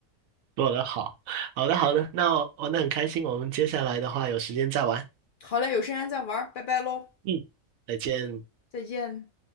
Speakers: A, on the right; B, on the left.
A: 做的好，好的好的，那玩的很开心，我们接下来的话有时间再玩。
B: 好嘞，有时间再玩儿拜拜喽，
A: 嗯，再见。
B: 再见。